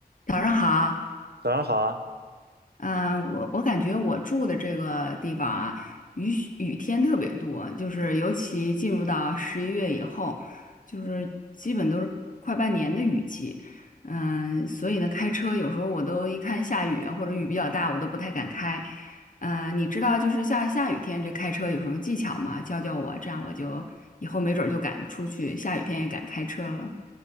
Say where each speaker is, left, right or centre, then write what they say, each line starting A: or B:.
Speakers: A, on the left; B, on the right.
A: 早上好，
B: 早上好啊！
A: 嗯、我我感觉我住的这个地方啊，雨雨天特别多，就是尤其进入到十一月以后，就是基本都是快半年的雨季，嗯、所以呢，开车有时候我都一看下雨啊，或者雨比较大，我都不太敢开。嗯，你知道就是下下雨天这开车有什么技巧吗？教教我，这样我就以后没准儿就敢出去，下雨天也敢开车了。